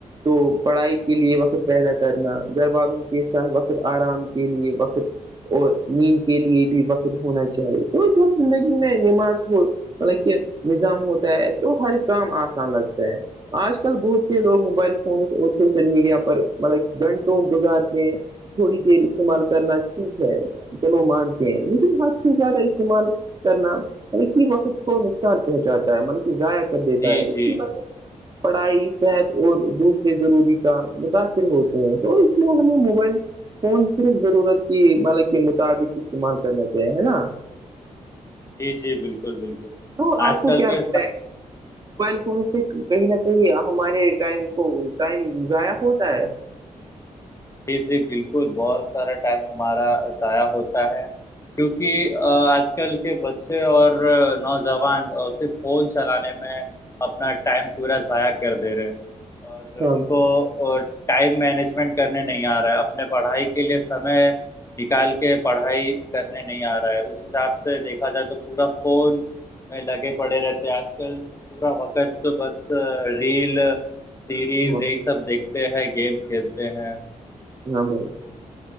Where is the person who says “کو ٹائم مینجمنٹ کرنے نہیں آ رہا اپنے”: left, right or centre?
Left